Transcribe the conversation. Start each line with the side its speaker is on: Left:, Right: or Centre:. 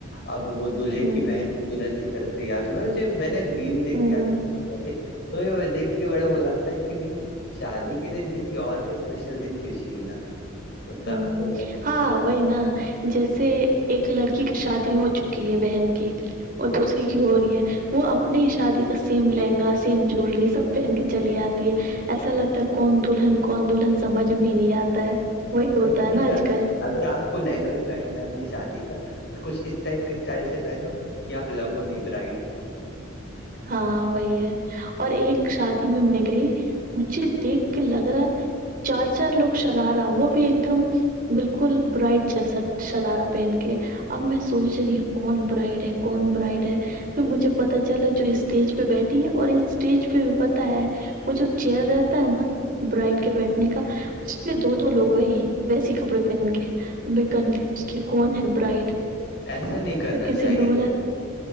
Left: اب وہ دلہے
Right: ہوں
Left: کی بہن بھی دلہن کی طرف تیارجھے میں نے ریل دیکھی
Right: ہوں
Left: آج کل ے تو دیکھ کے بڑا وہ لگتا ہے کہ بھائی شادی کے دن کسی اور کے اسپیشل دن کیوں چھیننا ہوتا
Right: ہ
Left: اوور تیار
Right: ہاں بائی نا جیسے ایک لڑکی کی شادی ہو چکی ہے بہن کی اور
Left: ہوں
Right: دوسری ہو رہی ہے وہ اپنے ہی شادی کا سیم لہنگا سیم جولری سب پہن کے چلی آتی ہے ایسا لگتا ہے کون دلہن کون دلہن سمجھ میں ہی نہیں آتا ہے وہی ہوتا
Left: ویسا نہیں
Right: ہے نا
Left: کر
Right: آج کل
Left: اگر آپ کو لہنگا بھی پہننا ہے اپنی شادی کا کچھ اس ٹائپ کے اسٹائل سے پہنو کہ آپ لگو نہیں برائڈ
Right: ہاں وہی ہے اور ایک شادی میں میں گئی مجھے دیکھ کے لگ رہا چار چار لوگ شرارہ وہ بھی ایک دم بالکل برائٹ جیسا سدارا پہن کے اب میں سوچ رہی ہوں کون برائڈ ہے کون برائڈ ہے پھر مجھے پتا چلا جو اسٹیج پہ بیٹھی ہے اور اسٹیج پہ بھی پتا ہے وہ جو چیئر رہتا ہے نا برائڈ کے بیٹھنے کا اس میں دو دو لوگ ہی ویسی کپڑے پہن کےیں کنفیوز کے کون ہے برائڈ
Left: ایسا نہیں کرنا
Right: پھر کسی
Left: چاہیے
Right: نے بولا